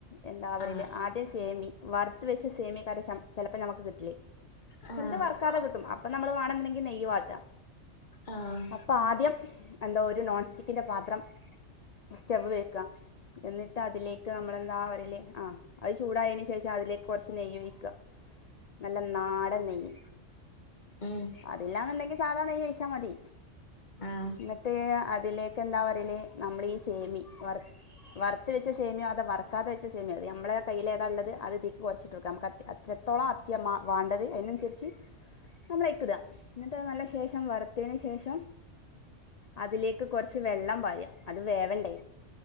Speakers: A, on the left; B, on the left.
A: എന്താ പറയില്ലേ
B: ആഹ്
A: ആദ്യം സേമി വറുത്ത് വെച്ച സേമിക്കാരെ ചിലപ്പോൾ നമുക്ക് കിട്ടില്ലേ
B: ആഹ്
A: ചിലത് വറക്കാതെ കിട്ടും അപ്പൊ നമ്മള് വേണന്നുണ്ടെങ്കിൽ നെയ്യ് വാട്ടുവാ
B: ആഹ് ആഹ്
A: അപ്പൊ ആദ്യം എന്താ ഒരു നോൺസ്റ്റിക് മാത്രം സ്റ്റെപ്പ് വെക്കുക എന്നിട്ട് അതിലേക്ക് നമ്മളെന്താല ആഹ് അത് ചൂടായേന് ശേഷം അതിലേക്ക് കുറച്ച് നെയ്യൊഴിക്കുക നല്ല നാടൻ നെയ്യ്
B: ഉം ഉം
A: അല്ലെന്നുണ്ടെങ്കിൽ സാദാ നെയ്യ് ഒഴിച്ചാൽ മതി
B: ആഹ്
A: എന്നിട്ട് അതിലേക്ക് എന്താ പറയണേ നമ്മളീ സേമി വറ വറുത്തു വെച്ച സേമിയോ അതോ വറു എടുക്കാതെ വെച്ച സേമിയ അത് നമ്മുടെ കയ്യില് എതാ ഉള്ളത് അത് ഇതീക്ക് കൊച്ചിട്ട് കൊ നമുക്ക് അത്രത്തോളം അത്യ വേണ്ടത് അതിനനുസരിച്ച് നമ്മള് അയിലേക്ക് ഇടുക എന്നിട്ട് നല്ല ശേഷം വറുത്തതിന് ശേഷം അതിലേക്ക് കൊറച്ച് വെള്ളം പാഴം അത് വേവണ്ടേ